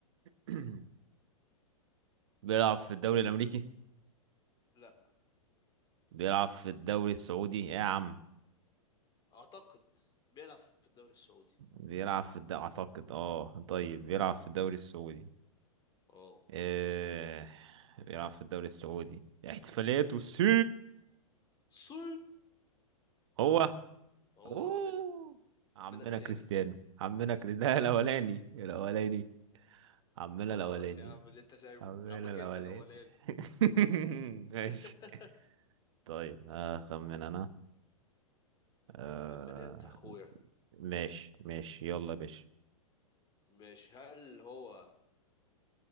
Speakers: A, on the right; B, on the left.
A: <clears throat> بيلعب في الدوري الامريكي
B: لا
A: بيلعب في الدوري السعودي يا عم
B: اعتقد بيلعب في الدوري السعودي
A: بيلعب في الد... اعتقد اه طيب بيلعب في الدوري السعودي
B: اه
A: إيه... بيلعب في الدوري السعودي احتفالاته سي
B: سي
A: هو
B: طبعا هو
A: اوه
B: عمنا
A: عمنا
B: عمنا التاني
A: كريستيانو عمنا كريستيانو ده الاولاني الاولاني عمنا
B: خلاص
A: الاولاني
B: يا عم اللي انت شايفه
A: عمنا
B: عمك
A: الاولاني
B: انت الاولاني
A: <laughs> ماشي
B: <laughs>
A: طيب اخمن انا آه...
B: خمن انت اخويا
A: ماشي ماشي يلا يا باشا
B: مش هل هو